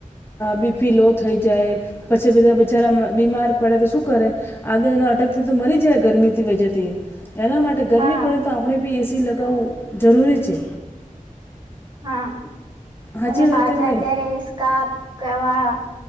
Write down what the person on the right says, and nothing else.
હા
હા
અને બહાર
જાય
ત્યારે સ્કાપ કરવા.